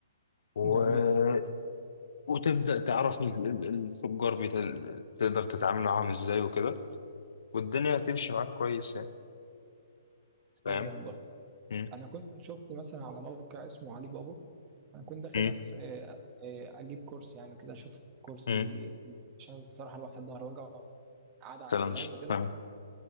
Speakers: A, on the left; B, on the right.
A: و...
B: جميل
A: وتبدأ تعرف ال- ال- التجار بيت... تقدر تتعامل معاهم ازاي وكده والدنيا هتمشي معاك كويس يعني فاهم؟
B: حلو والله
A: مم.
B: انا كنت شفت مثلا على موقع اسمه علي بابا انا كنت داخل
A: مم.
B: أسر... آه، آه، اجيب كرسي يعني وكده اشوف كرسي
A: مم.
B: عشان الصراحه الواحد ظهره وجعه قاعد على
A: كلام
B: اللاب وكده
A: فاهم